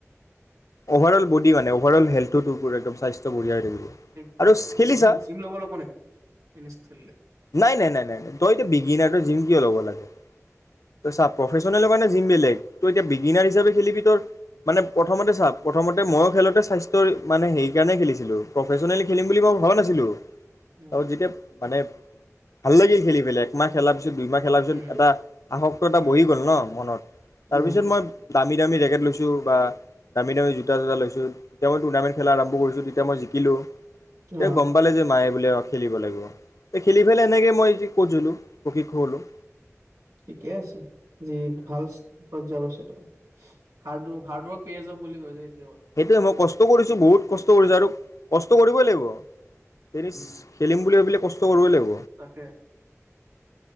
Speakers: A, on the left (about 85°); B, on the right (about 85°).
A: অভাৰ অল বডি মানে অভাৰ অল হেল্থ একদম স্বাস্থ্য বঢ়িয়া হৈ থাকিব
B: হয়
A: আৰু খেলিছা
B: জি জিম লব লাগিব নেকি, টেনিছ খেলিলে
A: নাই নাই নাই নাই নাই তই ত বিগিনাৰ তই জিম কিয় ল'ব লাগে, তই চাব প্ৰফেচনেলৰ কাৰণে জিম বেলেগ তই এতিয়া বিগিনাৰ হিচাপে খেলিবি তই মানে প্ৰথমতে চা প্ৰথমতে ময়ো খেলোতে স্বাস্থ্যৰ মানে হেকাৰণে খেলিছিলো প্ৰফেচনেল খেলিম বুলি মই ভবা নাছিলো
B: উম
A: ত যেতিয়া মানে ভাল লাগিল খেলি পেলাই একমাহ খেলাৰ পিছত, দুইমাহ খেলাৰ পিছত,
B: উম
A: এটা আসক্ত এটা
B: উম
A: বহি গ'ল ন মনত, তাৰপিছত
B: উম
A: মই দামী দামী জেকেট লৈছোঁ, বা দামী দামী জোতা তোতা লৈছোঁ, তেতিয়া মই টুৰ্ণামেট খেলা আৰম্ভ কৰিছো, তেতিয়া মই জিকিলোঁ
B: অ
A: এ গম পালে যে মায়ে খেলিব লাগিব, খেলি পেলাই এনেকৈ মই ক'জলোঁ পকী হ <unintelligible> লোঁ
B: ঠিকে আছে। যি ভাল পৰ্যবশ হাৰ্ড হাৰ্ড ৱৰ্ক পে য <unintelligible> বুলি কৈয়
A: সেইটোৱে মই কচ কষ্ট কৰিছোঁ বহুত কষ্ট কৰিছোঁ আৰু কষ্ট কৰিবই লাগিব। তেনিছ
B: উম
A: খেলিম বুলি ভাবিলে কষ্ট কৰিবই লাগিব।
B: তাকে